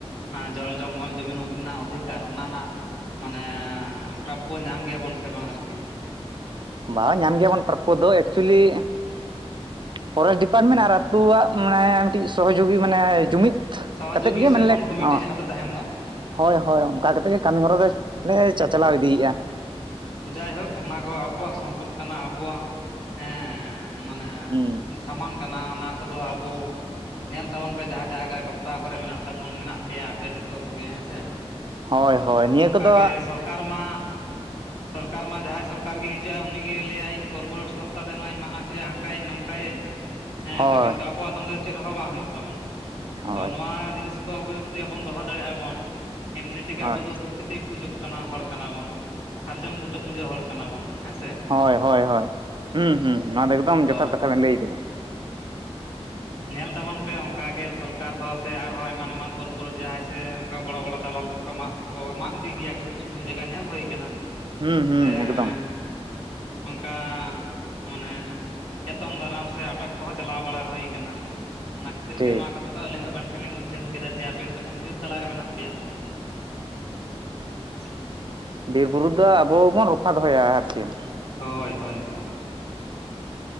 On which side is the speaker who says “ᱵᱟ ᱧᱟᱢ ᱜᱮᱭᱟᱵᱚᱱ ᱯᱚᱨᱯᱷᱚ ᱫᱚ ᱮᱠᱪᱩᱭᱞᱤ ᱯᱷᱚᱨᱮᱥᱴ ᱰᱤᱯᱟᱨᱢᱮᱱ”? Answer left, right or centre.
Right